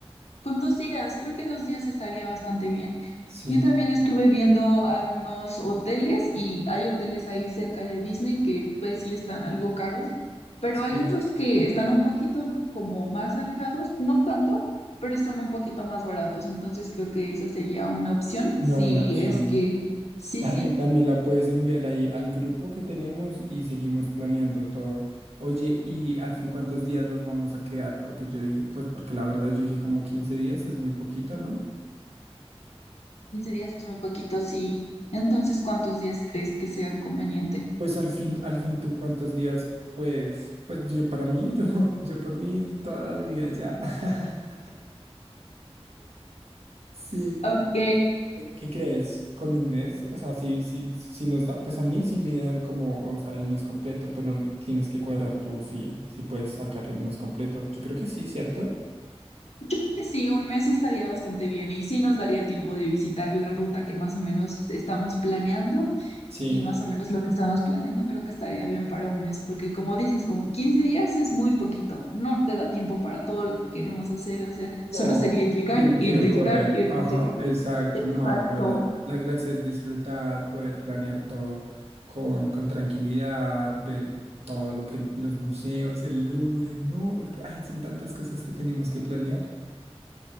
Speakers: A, on the left; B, on the right.
A: Con dos días, creo que dos días estaría bastante bien.
B: sí,
A: Yo también estuve viendo algunos hoteles y hay hoteles ahí cerca de Disney que pues sí están algo caros, pero hay
B: sí,
A: otros que están un poquito como más alejados, no tanto, pero están un poquito más baratos. Entonces creo que esa sería una opción
B: una
A: si
B: buena opción.
A: es que, sí,
B: Dale,
A: sí,
B: también la puedes enviar ahí al grupo que tenemos y seguimos planeando todo. Oye, ¿y al fin cuántos días nos vamos a quedar? Porque yo dije, pues porque la verdad yo dije como 15 días, es muy poquito, ¿no?
A: 15 días es muy poquito, sí. Entonces, ¿cuántos días crees que sea conveniente?
B: Pues al fin, al fin tú cuántos días, pues, pues yo para mí, yo, <laughs> yo por mí toda la vida ya. <laughs> Sí.
A: Ok,
B: ¿Qué crees? ¿Con un mes? O sea, si, si, si nos da, pues a mí sí me dan como, o sea, el mes completo, pero tienes que cuadrar tú si, si puedes sacar el mes completo. Yo creo que sí, ¿cierto?
A: Yo creo que sí, un mes estaría bastante bien y sí nos daría tiempo de visitar la ruta que más o menos es- estamos planeando
B: Sí.
A: y más o menos lo que estamos planeando creo que estaría bien para un mes porque como dices, como 15 días es muy poquito, no te da tiempo para todo lo que queremos hacer, o sea,
B: No,
A: solo sería llegar,
B: yo no quiero
A: irte,
B: correr.
A: llegar, irte,
B: Ajá,
A: llegar.
B: exacto.
A: Exacto.
B: No, la verdad. La gracia es disfrutar, poder planear todo con, con tranquilidad, ver todo lo que los museos, el Louvre, no, es que ay, son tantas cosas que tenemos que planear.